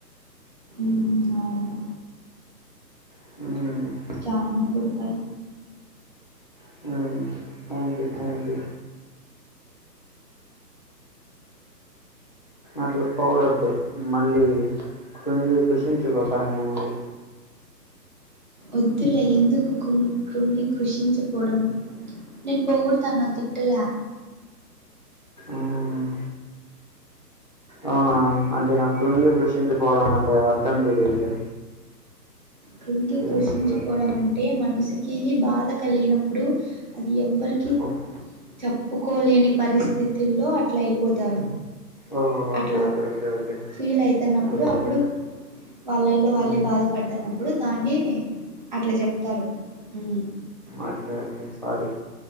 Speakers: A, on the right; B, on the left.
A: మ్ అవును
B: మ్
A: చాన గుడ్ బై
B: మ్ థంక్ యూ థ్యాంక్ యూ అట్లా పోవుడొద్దు మళ్ళీ క్రుంగి కుృషించిపోతాను నేను మరి
A: ఒద్దులే ఎందుకు కుంగ్ కృంగి కృషించిపోవడం నేను పోగుడుత్తానా తిట్టలే
B: మ్మ్. అవునా అంటే నాకు కృంగి కృషించిపోవడం అంటే అర్థం తెలియదులే
A: కృంగి కృషించిపోవడం
B: ఏమనుకోవద్దు
A: మం అంటే మనసుకి బాధ కలిగినప్పుడు అది ఎవ్వరికి
B: ఓహ్.
A: చెప్పుకోలేని పరిస్థితుల్లో అట్లా అయిపోతారు
B: ఓహో ఓకే
A: అట్లా
B: ఓకే ఓకే ఓకే
A: ఫీల్ అయితన్నప్పుడు
B: ఓకే
A: అప్పుడు
B: ఓకే
A: వాళ్ళల్లో వాళ్ళే
B: మ్మ్.
A: బాధపడుతున్నప్పుడు దాన్ని అట్లా చెప్తారు మ్
B: ఓకే ఒకే సారీ